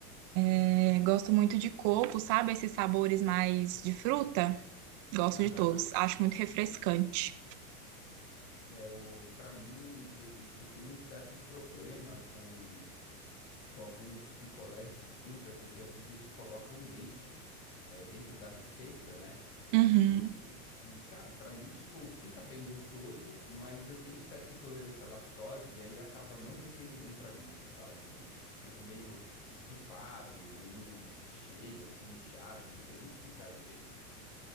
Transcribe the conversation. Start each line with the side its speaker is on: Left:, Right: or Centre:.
Right: É, gosto muito de coco, sabe? Esses sabores mais de fruta. Gosto
Left: Aham.
Right: de todos. Acho muito refrescante.
Left: É, o, para mim, eu, eu tenho um certo problema com com alguns picolés de fruta, porque às vezes eles colocam leite é, dentro da receita, né?
Right: Uhum.
Left: E, e cara, pra mim, tipo, fica bem gostoso, mas eu tenho certa intolerância à lactose e aí acaba não descendo bem pra mim, sabe? E eu fico meio estufado, meio cheio, assim, inchado, não sei nem explicar direito.